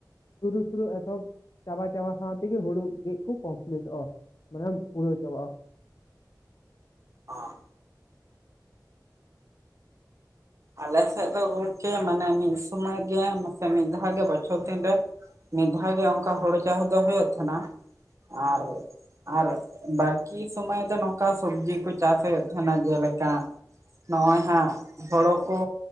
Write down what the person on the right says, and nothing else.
ᱚ ᱾ ᱟᱞᱮ ᱥᱮᱫ ᱫᱚ ᱜᱚᱢᱠᱮ ᱢᱟᱱᱮ ᱢᱤᱫ ᱥᱚᱢᱚᱭ ᱜᱮ ᱢᱟᱥᱮ ᱢᱤᱫ ᱫᱷᱟᱣ ᱜᱮ ᱵᱚᱪᱷᱚᱨ ᱫᱤᱱ ᱨᱮ ᱢᱤᱫ ᱫᱷᱟᱣ ᱜᱮ ᱚᱱᱠᱟ ᱦᱩᱲᱩ ᱪᱟᱥ ᱫᱚ ᱦᱳᱭᱚᱜ ᱛᱟᱦᱮᱱᱟ ᱟᱨ ᱟᱨ ᱵᱟᱠᱤ ᱥᱚᱢᱚᱭ ᱫᱚ ᱱᱚᱝᱠᱟ ᱥᱚᱵᱡᱤ ᱠᱚ ᱪᱟᱥ ᱦᱩᱭᱩᱜ ᱛᱟᱦᱮᱸᱱᱟ ᱡᱮᱞᱮᱠᱟ ᱱᱚᱜᱼᱚᱭ ᱦᱟᱸᱜ ᱦᱳᱲᱳ ᱠᱚ